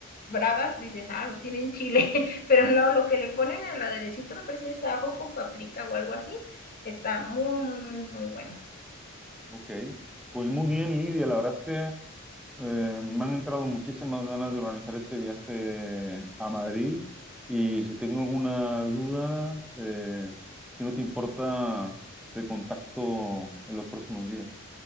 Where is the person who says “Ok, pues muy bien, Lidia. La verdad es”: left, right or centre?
Centre